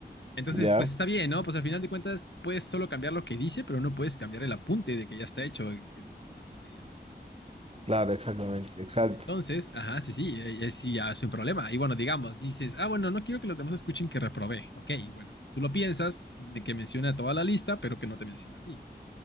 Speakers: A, on the left; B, on the right.
A: Entonces,
B: Ya,
A: pues está bien, ¿no? Pues al final de cuentas puedes solo cambiar lo que dice, pero no puedes cambiar el apunte de que ya está hecho eh, que la materia, ¿no?
B: claro, exactamente, exacto,
A: Entonces, ajá, sí, sí, eh, eh, sí, ya es un problema. Y bueno, digamos, dices, ah, bueno, no quiero que los demás escuchen que reprobé, ok, bueno, tú lo piensas, me- que menciona a toda la lista, pero que no te menciona a ti.